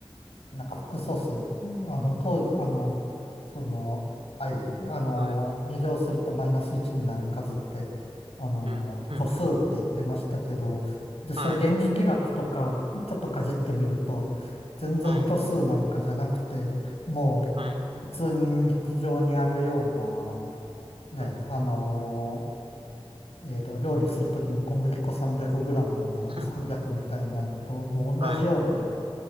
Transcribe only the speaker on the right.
はい。
うん。うん。
はい。
はい。
はい。
うん。
<laughs>
はい。